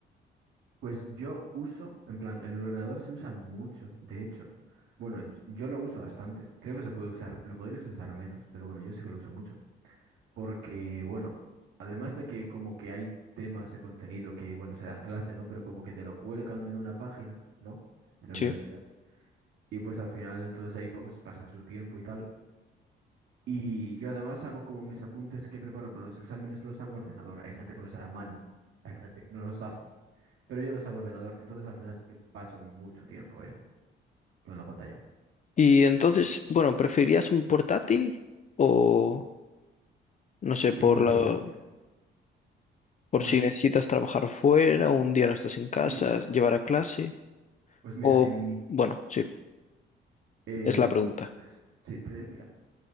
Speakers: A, on the right; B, on the left.
A: pues yo uso, en plan, el ordenador se usa mucho, de hecho. Bueno, y- yo lo uso bastante. Creo que se puede usar, lo podrías usar menos, pero bueno, yo sé que lo uso mucho. Porque, bueno, además de que como que hay temas de contenido que, bueno, se dan clase, ¿no? Pero como que te lo cuelgan en una página, ¿no? De la
B: Sí.
A: universidad. Y pues al final entonces ahí pues pasa su tiempo y tal. Y yo además hago como mis apuntes que preparo para los exámenes, los hago a ordenador. Hay gente que los hará a mano, hay gente que no los hace, pero yo los hago a ordenador, entonces al final sí que paso mucho tiempo en, en la pantalla.
B: Y entonces, bueno, ¿preferirías un portátil o, no sé, por
A: Eh,
B: la, por
A: pues
B: si necesitas trabajar fuera o un día no estás en casa,
A: sí,
B: llevar a clase
A: pues mira,
B: o...
A: en mi,
B: Bueno, sí.
A: eh,
B: Es la pregunta.
A: bueno, pues, sí, te decía.